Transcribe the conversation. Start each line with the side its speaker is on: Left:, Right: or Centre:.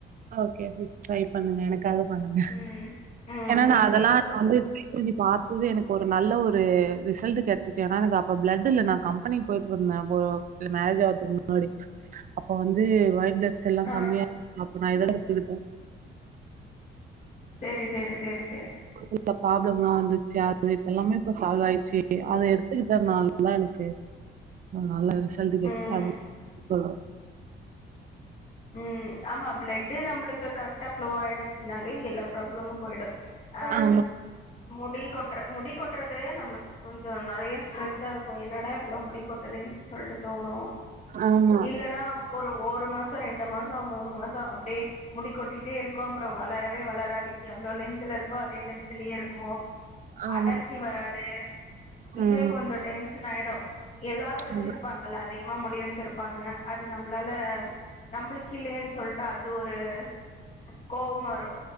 Right: ஓகே சிஸ் ட்ரை பண்ணுங்க எனக்கு காக பண்ணுங்க
Left: ம் ம்
Right: எனனா அதெல்லா
Left: உங்க
Right: வந்து ட்ரை பண்ணி பாத் இது எனக்கு ஒரு நல்ல ஒரு ரிசல்ட் கிடைச்சச்சு ஏன எனக்கு அப்ப பிளட் இல்ல நா கம்பெனிக்கு போயிட்டு இருந்தே மேரேஜ் ஆதுக்கு முன்னாடி அப்ப வந்து வைட் பிள செல்லா
Left: ஆ
Right: கம்மியா இரு நா இதா கத்துக்கிட்டே
Left: சேரி சேரி சேரி சேரி
Right: இந்த பராப்ளம்ல்லா வந்துச்சு அது இப்ப எல்லாமே இப்ப சால்வ் ஆயிச்சு அத எடுத்துக்கிட்டனால தா எனக்கு நல்லா இரு சந்திக
Left: ம்
Right: அது <unintelligible>
Left: ம் ஆமா பிளட்டு் நம்மளுக்கு கரெக்டா ஃப்ளோ ஆயிடுச்சுனாலே எல்லா ப்ராப்ளமு போயிடு அ
Right: ஆமா,
Left: முடி கொட்டுற முடி கொட்டுறது நம்மளுக்கு கொஞ்சோ நிறைய ஸ்ட்ரெஸ் இப்தா இருக்கு என்னடா இப்லா முடி கொட்டுதேன்னு சொல்ட்டு தோணு
Right: ஆமா,
Left: இல்லன்னா ஒரு ஓரு மாஸ் சோ ரெண்டு மாசோ மூணு மாசோ அப்டியே முடிக்கொட்டிட்டே இருக்கு அப்புறோ வளரவே வளர <unintelligible> எவ்ளோ லென்த்ல இருக்கோ அதே லென்த்ல இருக்கு
Right: ஆமா.
Left: அடர்த்தி வராது இதே
Right: ம்.
Left: கொஞ்சோ டென்ஷன் ஆயிடு எல்லாரு வச்சிருப்பாங்க
Right: ஆமா,
Left: அதிகமா முடி வச்ச வச்சிருப்பாங்க அது நம்மளால நம்மளுக்கு இல்லையன்னு சொல்லிட்டு அது ஒரு து கோவவரு